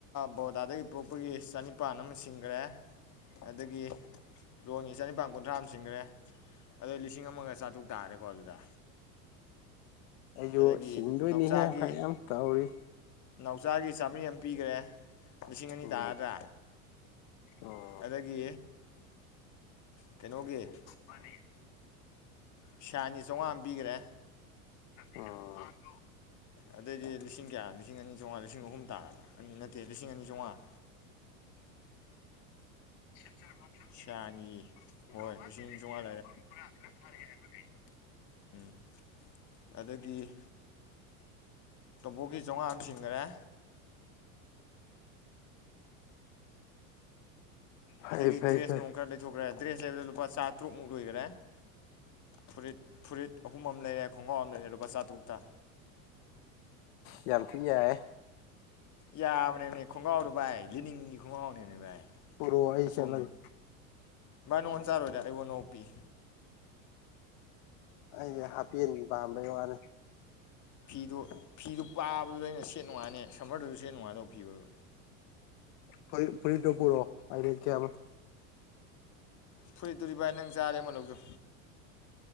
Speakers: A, on the left; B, on the left.
A: ꯕꯣꯗꯥꯗꯒꯤ ꯄꯣꯛꯄꯒꯤ ꯆꯅꯤꯄꯥꯟ ꯑꯃ ꯁꯤꯡꯈ꯭ꯔꯦ ꯑꯗꯒꯤ ꯂꯣꯡꯒꯤ ꯆꯅꯤꯄꯥꯥꯟ ꯀꯨꯟꯊ꯭ꯔꯥ ꯑꯃ ꯆꯤꯡꯈ꯭ꯔꯦ ꯑꯗꯣ ꯂꯤꯁꯤꯡ ꯑꯃꯒ ꯆꯥꯇ꯭ꯔꯨꯛ ꯇꯥꯔꯦꯀꯣ ꯑꯗꯨꯗ
B: ꯑꯩꯁꯨ
A: ꯑꯗꯒꯤ
B: ꯁꯤꯡꯗꯣꯏꯅꯤꯍꯦ
A: ꯅꯥꯎꯆꯥꯒꯤ
B: ꯐꯔ ꯌꯥꯝ ꯇꯧꯔꯤ
A: ꯅꯥꯎꯆꯥꯒꯤ ꯆꯥꯃꯔꯤ ꯑꯃ ꯄꯤꯈꯔꯦ ꯂꯤꯁꯤꯡ ꯑꯅꯤ
B: ꯎꯝ
A: ꯇꯥꯥꯗ꯭ꯔꯥ
B: ꯎꯝ
A: ꯑꯗꯒꯤ ꯀꯩꯅꯣꯒꯤ
B: ꯃꯥꯅꯤ
A: ꯄꯩꯁ ꯑꯅꯤ ꯆꯥꯝꯃꯉꯥ ꯑꯃ ꯄꯤꯈ꯭ꯔꯦ
B: ꯑꯣ
A: ꯑꯗꯨꯑꯣꯏꯗꯤ ꯂꯤꯁꯤꯡ ꯀꯌꯥ ꯂꯤꯁꯤꯡ ꯑꯅꯤ ꯆꯥꯝꯃꯉꯥ ꯂꯤꯁꯤꯡ ꯑꯍꯨꯝ ꯇꯥꯔꯕ ꯑꯅꯤ ꯅꯠꯇꯦ ꯂꯤꯁꯤꯡ ꯑꯅꯤ ꯆꯥꯝꯃꯉꯥ
B: ꯧꯍꯗꯤꯔ꯭ꯔ
A: ꯁꯥꯏꯅꯤ ꯍꯣꯏ ꯂꯤꯁꯤꯡ
B: ꯊꯔ
A: ꯑꯅꯤ ꯆꯥꯝꯃꯉꯥ ꯎꯝ ꯑꯗꯒꯤ ꯇꯣꯝꯄꯣꯛꯒꯤ ꯆꯥꯝꯃꯉꯥꯅ ꯁꯤꯡꯈꯔꯦ
B: ꯐꯩ
A: ꯑꯗꯒꯤ
B: ꯐꯩ
A: ꯗ꯭ꯔꯦꯁ
B: ꯐꯩ
A: ꯅꯨꯡ ꯈꯔ ꯂꯩꯊꯣꯛꯈ꯭ꯔꯦ ꯗ꯭ꯔꯦꯁ ꯂꯩꯕꯗ ꯂꯨꯄꯥ ꯆꯥ ꯇꯔꯨꯛꯃꯨꯛ ꯂꯣꯏꯈꯔꯦ ꯐꯨꯔꯤꯠ ꯐꯨꯔꯤꯠ ꯑꯍꯨꯝ ꯑꯃ ꯂꯩꯔꯦ ꯈꯣꯡꯒ꯭ꯔꯥꯎ ꯑꯃ ꯂꯩꯔꯦ ꯂꯨꯄꯥ ꯆꯥꯇꯔꯨꯛꯇ
B: ꯌꯥ ꯌꯥꯝꯊ ꯌꯥꯏ
A: ꯌꯥꯝꯕꯅꯦꯅꯦ ꯈꯣꯡꯒꯥꯎꯗ ꯚꯥꯏ ꯂꯤꯅꯤꯡꯒꯤ ꯈꯣꯡꯒꯥꯎꯅꯦꯕꯅꯦ ꯚꯥꯏ
B: ꯄꯨꯔꯛꯑꯣ ꯑꯩ
A: ꯑꯁꯣꯝꯗꯤ
B: ꯁꯦꯠꯂꯒꯦ
A: ꯚꯥꯏ ꯅꯉꯣꯟ ꯆꯥꯔꯣꯏꯗꯦ ꯑꯩꯕꯨ ꯅꯣꯡ ꯄꯤꯛ
B: ꯑꯩꯗꯤ ꯍꯥꯞꯄꯤ ꯄꯥꯝꯕꯩ ꯋꯥꯅꯤ
A: ꯐꯤꯗꯨꯣ ꯐꯤꯗꯨ ꯄꯥꯕꯗ ꯑꯩꯅ ꯁꯦꯠ ꯅꯨꯡꯉꯥꯏꯅꯦ ꯁꯝꯃꯔꯗꯨꯁꯨ ꯁꯦꯠ ꯅꯨꯡꯉꯥꯏꯗꯧꯕ ꯐꯤꯕꯗꯨ
B: ꯐꯨꯔꯤ ꯐꯨꯔꯤꯠꯇꯣ ꯄꯨꯔꯣꯑꯣ ꯍꯥꯏꯗꯤ ꯀꯌꯥ
A: ꯐꯨꯔꯤ ꯇꯨꯔꯤ ꯚꯥꯏ ꯅꯪ ꯆꯥꯔꯦ ꯑꯃ ꯂꯧꯗꯣ